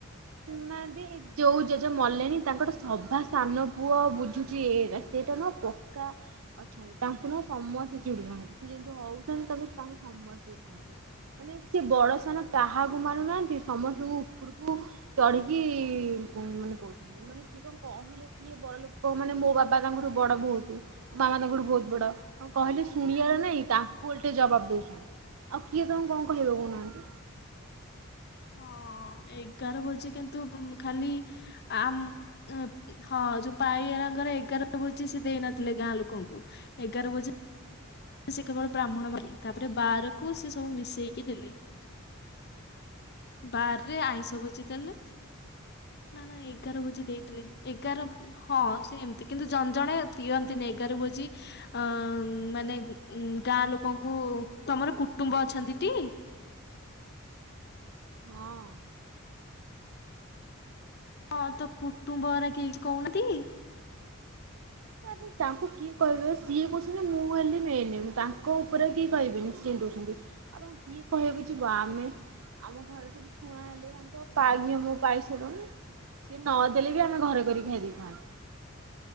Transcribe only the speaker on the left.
ହଁ ଏଗାର ଭୋଜି କିନ୍ତୁ ଖାଲି ଆମ ହଁ ଯୋଉ ପାଇଆରାଙ୍କର ଏଗାର ଭୋଜି ସେ ଦେଇ ନଥିଲେ ଗାଁ ଲୋକଙ୍କୁ ଏଗାର ଭୋଜି ସେ କେବଳ ବ୍ରାହ୍ମଣ ମାରି ତାପରେ ବାରକୁ ସେ ସବୁ ମିଶେଇକି ଦେଲେ। ବାରରେ ଆଇଁଶ ଭୋଜି ଦେଲେ ନା ନା ଏଗାର ଭୋଜି ଦେଇଥିଲେ ଏଗାର ହଁ ସେମତି କିନ୍ତୁ ଜଣ ଜଣେ ଦିଅନ୍ତିନି ଏଗାର ଭୋଜି ଅ ମାନେ ଉମ ଗାଁ ଲୋକଙ୍କୁ ତମର କୁଟୁମ୍ବ ଅଛନ୍ତି ଟି?
ହଁ ତ କୁଟୁମ୍ବ ହରା କେହି କିଛି କହୁନାହାନ୍ତି?